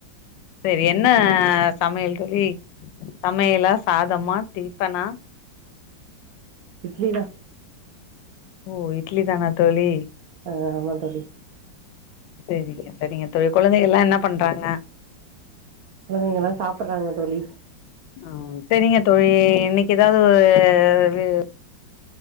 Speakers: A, on the left; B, on the right.
A: செரி என்ன ஆ சமையல் தோழி சமையலா சாதம்மா டிஃப்பனா
B: இட்லி தா
A: ஓ இட்லி தானா தோழி.
B: அ ஆமா தோழி
A: செரிங்க செரிங்க தோழி குழந்தைகள்ளா என்ன பண்றாங்க.
B: குழந்தைங்கள்ளா சாப்றாங்க தோழி.
A: அ செரிங்க தோழி இன்னைக்கு ஏதாவது ஓரு